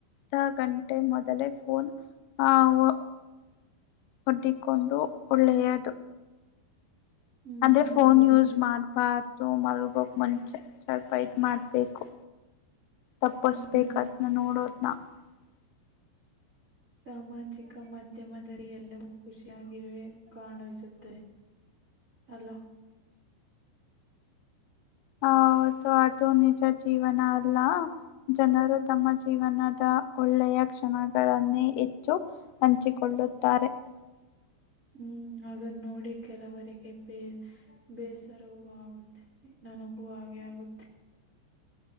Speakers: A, on the left; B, on the right.
A: ಹ ಗಂಟೆ ಮೊದಲೇ ಫೋನ್ <inaudible> ಒಡ್ಡಿಕೊಂಡು ಒಳ್ಳೆಯದು
B: ಹ್ಮ್
A: ಅಂದ್ರೆ ಫೋನ್
B: ಅದು
A: ಯೂಸ್
B: ನಿಜ
A: ಮಾಡ್ಬಾರ್ದು ಮಲ್ಗೋಕ್ ಮುಂಚೆ ಸ್ವಲ್ಪ ಇದ ಮಾಡ್ಬೇಕು ತಪ್ಪಸ್ಬೇಕ
B: ಹ್ಮ್
A: ಅದ್ನ್ನ ನೋಡೋದನ <unintelligible>
B: ಸಾಮಾಜಿಕ ಮಾಧ್ಯಮದಲ್ಲಿ ಎಲ್ಲವೂ ಖುಷಿಯಾಗಿರುವ ಕಾಣಿಸುತ್ತುತ್ತದೆ ಅಲೋ
A: ಹ ಅದು ನಿಜ ಜೀವನ ಅಲ್ಲ ಜನರು ತಮ್ಮ ಜೀವನದ ಒಳ್ಳೆಯ ಣಗಳನ್ನೇ ಹೆಚ್ಚು ಹಂಚಿಕೊಳ್ಳುತ್ತಾರೆ <unintelligible>
B: ಹ್ಮ್ ಅದನ್ನ ನೋಡಿ ಕೆಲವರಿಗೆ ಬೇ ಬೇಸರವ ಆಗುತ್ತೆನೆ ನಾನ ಹು ಹಾಗೆ ಆಗುತ್ತೆ